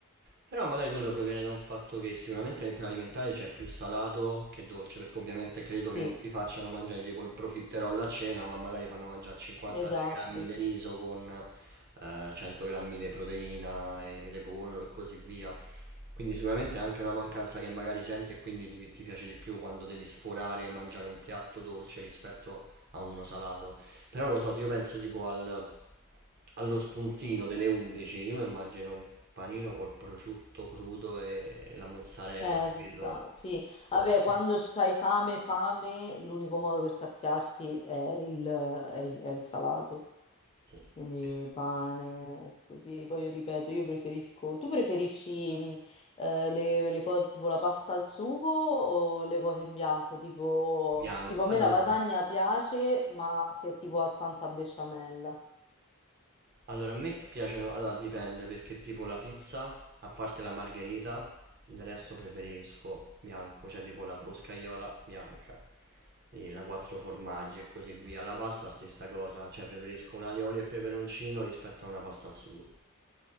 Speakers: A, on the right; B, on the left.
A: Però magari quello proviene da un fatto che sicuramente nel piano alimentare c'è più salato che dolce, perché ovviamente credo
B: Sì,
A: che non ti facciano mangiare tipo il profiterol a cena, ma magari fanno mangiare 50
B: esatto.
A: de- grammi di riso con eh, 100 grammi di proteina e di pollo e così via. Quindi sicuramente è anche una mancanza che magari senti e quindi ti, ti piace di più quando devi sforare e mangiare un piatto dolce rispetto a uno salato. Però non lo so, se io penso tipo al- allo spuntino delle 11, io mi immagino un panino col prosciutto crudo e, e la mozzarella,
B: Eh,
A: capito?
B: ci sta, sì.
A: Oh,
B: Vabbè, quando c'hai fame, fame, l'unico modo per saziarti è il, è il- è il salato.
A: Sì,
B: Quindi
A: Sì, sì.
B: pane, così. Poi io ripeto, io preferisco... Tu preferisci mh, eh, le, le cose tipo la pasta al sugo o le cose in bianco? Tipo,
A: bianco.
B: tipo a
A: Allora,
B: me la lasagna piace, ma se tipo ha tanta besciamella.
A: allora, a me piacciono, allora dipende perché tipo la pizza, a parte la margherita, il resto preferisco bianco, cioè tipo la boscaiola bianca, e la quattro formaggi e così via. La pasta stessa cosa, cioè preferisco un alioli e peperoncino rispetto a una pasta al sugo.